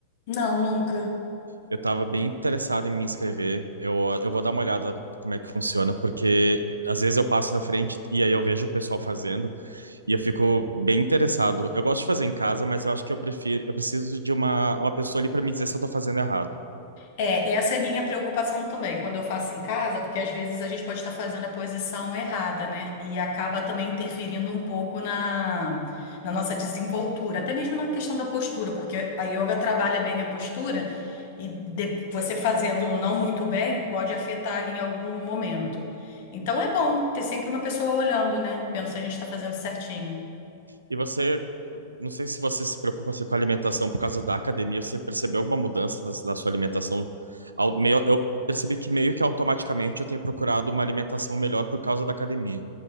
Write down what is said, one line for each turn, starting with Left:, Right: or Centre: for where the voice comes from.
Left: Não, nunca.
Right: Eu estava bem interessado em me inscrever. Eu, eu vou dar uma olhada como é que funciona, porque eh, às vezes eu passo na frente e aí eu vejo o pessoal fazendo e eu fico bem interessado. Eu gosto de fazer em casa, mas eu acho que eu prefiro, eu preciso de uma, uma pessoa ali para me dizer se eu estou fazendo errado.
Left: É, essa é minha preocupação também, quando eu faço em casa, porque às vezes a gente pode estar fazendo a posição errada, né? E acaba também interferindo um pouco na, na nossa desenvoltura, até mesmo na questão da postura, porque a yoga trabalha bem a postura e de- você fazendo não muito bem pode afetar ali em algum momento. Então é bom ter sempre uma pessoa olhando, né? Vendo se a gente está fazendo certinho.
Right: E você Não sei se você se preocupa assim, com a alimentação por causa da academia. Você percebeu alguma mudança das- na sua alimentação? Ao- meio- eu percebi que meio que automaticamente eu tenho procurado uma alimentação melhor por causa da academia.